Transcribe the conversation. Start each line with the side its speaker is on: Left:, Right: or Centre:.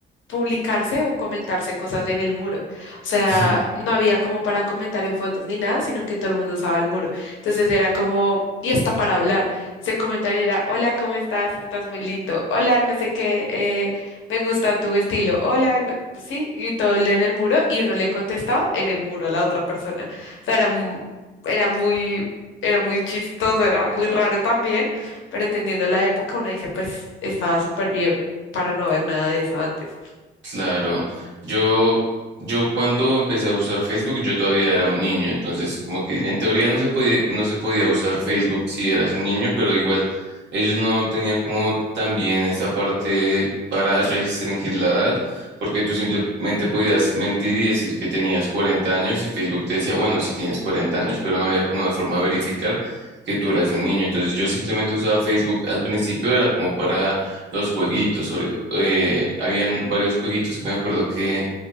Left: publicarse o comentarse cosas en el muro. O sea,
Right: <laughs>
Left: no había como para comentar en fotos ni nada, sino que todo el mundo usaba el muro. Entonces era como, y hasta para hablar. Se comentaban y era, hola, ¿cómo estás? Estás muy lindo. Hola, no sé qué, eh, me gusta tu estilo. Hola, no- sí, y todo el en el muro y uno le contestaba en el muro a la otra persona. O sea, era, mu- era muy, era muy chistoso, era muy raro también pero entendiendo la época, uno dice, pues estaba súper bien para no ver nada de eso antes.
Right: Claro, yo, yo cuando empecé a usar Facebook, yo todavía era un niño, entonces como que en teoría no se podía, no se podía usar Facebook si eras un niño, pero igual ellos no tenían como también esa parte para restringir la edad, porque tú simplemente podías mentir y decir que tenías 40 años y Facebook te decía, bueno, si tienes 40 años, pero no había como una forma de verificar que tú eras un niño, entonces yo simplemente usaba Facebook al principio, era como para los jueguitos eh, habían varios jueguitos que me acuerdo que,